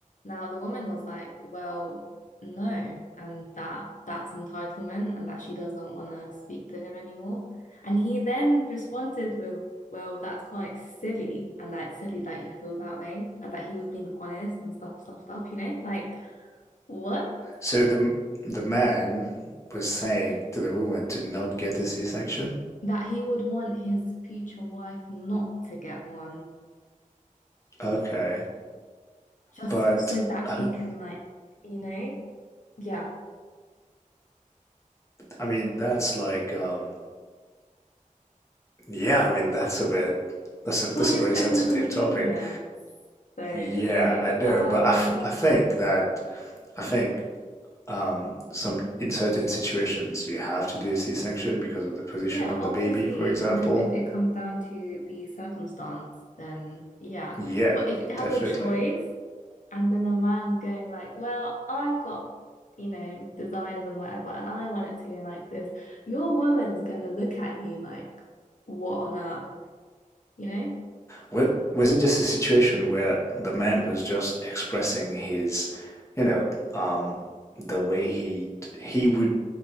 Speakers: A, on the left; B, on the left.
A: now the woman was like, well, no, and that that's entitlement and that she doesn't want to speak to him anymore. And he then responded with, well, that's quite silly and that's silly that you feel that way and that he was being honest and stuff, stuff, stuff, you know? Like, what?
B: So the the man was saying to the woman to not get a C-section.
A: That he would want his future wife not to get one
B: Okay.
A: just
B: But
A: so that
B: I
A: he
B: don't,
A: can like, you know? Yeah.
B: I mean, that's like, um, yeah, I mean, that's a bit, that's a, that's
A: for his
B: a very
A: own
B: sensitive
A: convenience.
B: topic.
A: So it's
B: Yeah,
A: like,
B: I know,
A: um,
B: but I, f I think that, I think, um, some, in certain situations, you have to do a C-section because of the position
A: yeah,
B: of
A: obviously,
B: the baby, for example.
A: with if it comes down to the circumstance, then yeah.
B: Yeah,
A: But if you have
B: definitely.
A: a choice, and then a man's going like, well, I've got, you know, desires and whatever, and I want it to go like this, your woman's gonna look at you like, what on earth, you know?
B: Was, was it just a situation where the man was just expressing his, you know, um, the way he he would,